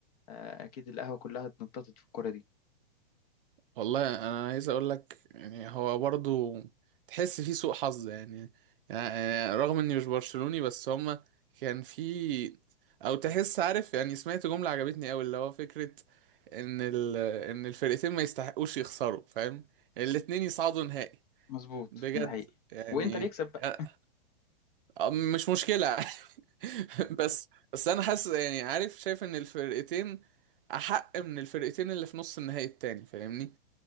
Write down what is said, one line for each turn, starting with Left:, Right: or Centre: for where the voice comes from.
Left: آه، اكيد القهوه كلها اتنططت في الكوره دي
Right: والله انا عايز اقول لك يعني هو برضو تحس فيه سوء حظ يعني, يعني رغم اني مش برشلوني بس هما كان في او تحس عارف يعني سمعت جملة عجبتني قوي اللي هو فكرة ان ال... ان الفرقتين ما يستحقوش يخسروا فاهم الاتنين يصعدوا نهائي
Left: مظبوط
Right: بجد
Left: ده حقيقي
Right: يعني
Left: وانتر يكسب بقى
Right: أ- مش مشكلة <laughs> بس بس انا حاسس يعني عارف شايف ان الفرقتين احق من الفرقتين اللي في نص النهائي التاني فاهمني